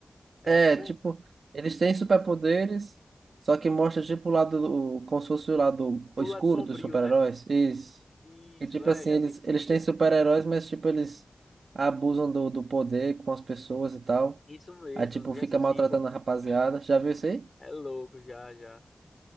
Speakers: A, on the left; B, on the right.
A: É
B: É,
A: essa?
B: tipo, eles têm superpoderes, só que mostra tipo o lado, do- como se fosse o lado
A: O
B: escuro
A: lado sombrio,
B: dos super-heróis.
A: né?
B: Isso.
A: Isso,
B: E tipo
A: é,
B: assim,
A: já
B: eles,
A: assisti,
B: eles têm
A: já assisti.
B: super-heróis, mas tipo, eles abusam do, do poder com as pessoas e tal.
A: Isso mesmo,
B: Aí tipo, fica
A: já assisti,
B: maltratando
A: pô.
B: a rapaziada. Já viu isso aí?
A: É louco, já, já.